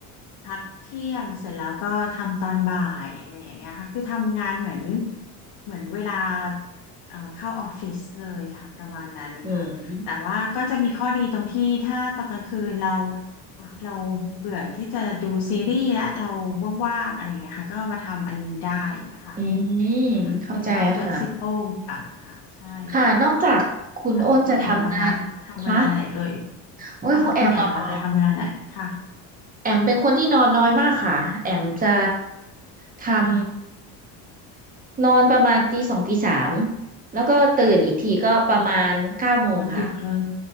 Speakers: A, on the left (about 60°); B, on the right (about 20°).
A: พักเที่ยงเสร็จแล้วก็ทำตอนบ่ายอะไรอย่างเงี้ยค่ะคือทำงานเหมือนเหมือนเวลาเอ่อเข้าออฟฟิศเลยค่ะประมาณนั้นค่ะแต่ว่าก็จะมีข้อดีตรงที่ถ้าตอนกลางคืนเรา
B: อืม
A: เราเบื่อที่จะดูซีรีส์และเราว่างๆอะไรอย่างเงี้ยค่ะก็มาทำอันนี้ได้อย่างเงี้ยค่ะ
B: อืม
A: ค่ะซึ่งก็
B: เข้าใจค่ะ
A: flexible ค่ะค่ะใช่ค่ะ
B: ค่ะนอกจากคุณอ้นจะทำงานคะ
A: แล้วของคุณแอมล่ะคะทำเวลาไหนเอ่ย
B: โอ้ยคุณแอมเหรอคะ
A: แล้วของคุณแอมล่ะคะทำเวลาไหนค่ะ
B: แอมเป็นคนที่นอนน้อยมากค่ะแอมจะท
A: ค่ะ
B: ำนอนประมาณตีสองตีสามแล้วก็ตื่นอีกทีก็ประมาณเก้าโมงค่ะ
A: โอ้โหนอนดึกเลย